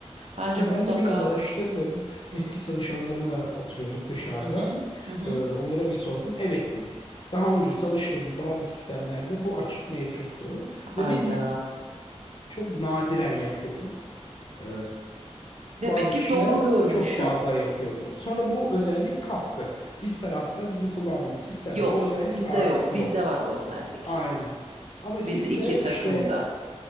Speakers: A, on the right (about 80°); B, on the left (about 45°).
A: Bence
B: Ya
A: mutlaka
B: ben de biraz araştırdım.
A: hı
B: Eski
A: hı
B: çalışanlarımla oturuyorduk dışarıda.
A: hı hı hı hı.
B: Ee, onlara bir sordum. Evet dedi. Daha önce çalıştığımız bazı sistemlerde bu açık mevcuttu.
A: Hayda.
B: Ve biz çok nadiren yapıyorduk. Ee,
A: Demek
B: bazı
A: ki
B: kişiler
A: doğru görmüşüm.
B: çok fazla yapıyordu. Sonra bu özellik kalktı. Biz tarafta bizim kullandığımız sistemde
A: Yok,
B: bu özellik
A: sizde
B: artık
A: yok. Bizde
B: yok.
A: var o özellik.
B: Aynen. Ama sizde
A: Biz iki takımda.
B: işte